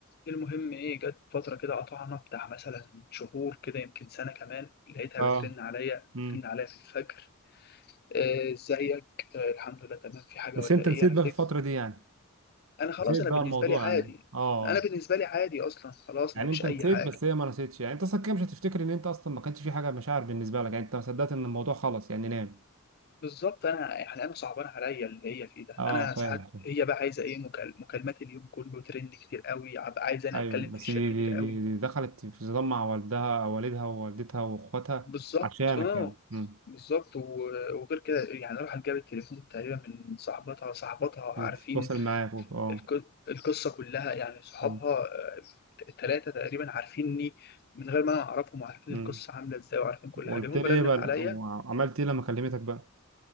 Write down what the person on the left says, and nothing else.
المهم ايه جت فتره كده قطعنا بتاع مثلا شهور كده يمكن سنه كمان لقيتها
بترن عليا
بترن عليا في الفجر آه، ازيك آه، الحمد لله تمام في حاجه
ولا
ايه
انا
افتكر
انا خلاص
انا
بالنسبه
لي عادي
انا بالنسبه لي عادي اصلا خلاص
ما فيش
اي حاجه
بالظبط انا يعني انا صعبان عليا اللي هي فيه ده
انا
ساعات
هي بقى عايزه ايه مكال- مكالمات اليوم كله ترند كتير قوي عب- عايزه انا
اتكلم
في الشات
كتير
قوي
بالظبط
اه
بالظبط و- وغير كده يعني راحت جابت التليفون تقريبا من صاحبتها صاحبتها عارفين
الك- القصة كلها يعني صحابها
آه، التلاتة تقريبا عارفيني من غير ما أنا أعرفهم وعارفين
القصة عاملة إزاي وعارفين كل
حاجة المهم
رنت
عليا